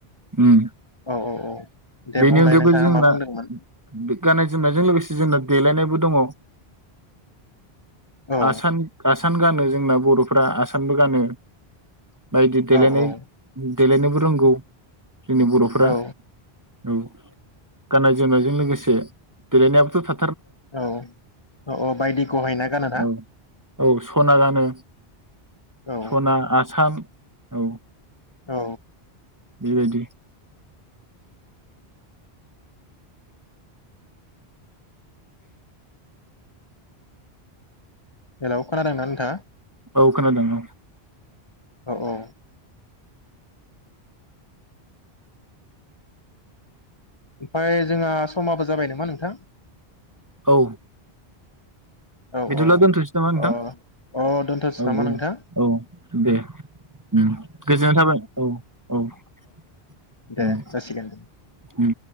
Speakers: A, on the right (about 20°); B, on the left (about 30°).
A: उम
B: औ औ औ दे
A: बेनि
B: बुंलाय
A: अनगायैबो
B: नोंथाङा
A: जोंना
B: मा बुंदोंमोन
A: बि गाननाय जोमनायजों लोगोसे जोंना देलायनायबो दङ।
B: औ
A: आसान आ सान गानो जोंना बरफ्रा आसानबो गानो बायदि देलायनाय
B: औ औ
A: उम देलायनोबो रोंगौ जोंनि बरफ्रा
B: औ
A: औ गाननाय जोमनायजों लोगोसे देलायनायाबोथ था
B: औ ओ औ बायदि गहायना गानो ना
A: औ औ सना गानो
B: औ
A: सना आसान। औ।
B: औ।
A: बेबायदि।
B: हेल खोनादोंना नोंथाङा।
A: औ खोनादों औ।
B: औ औ। ओमफाय जोंहा समाबो जाबाय नामा नोंथां।
A: औ।
B: औ
A: बिदिब्ला
B: औ
A: दोनथसै नामा नोंथां
B: अ अ दोनथ'सै
A: औ
B: नामा
A: औ
B: नोंथां
A: औ दे उम गोजोननाय थाबाय औ औ औ
B: दे जासिगोन दे
A: उम।